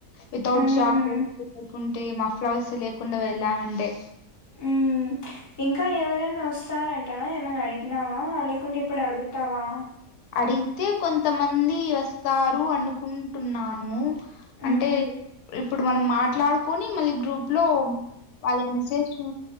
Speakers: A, on the left (about 85°); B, on the left (about 20°).
A: వితౌట్
B: హ్మ్
A: జాక అంటే మఫ్లవస లేకుండా వెళ్లామ అంటే
B: ఉ ఇంకా ఎవరైనా వస్తారంటనా ఏమైనా అడిగినావా లేకుంటే ఇప్పుడు అడుగుతావా
A: అయితే కొంతమంది వస్తారు అనుకుంటున్నాను
B: హ్మ్
A: అంటే ఇప్పుడు మనం మాట్లాడుకొని మళ్ళీ గ్రూప్ లో వాళ్ళకి మెసేజ్ చూ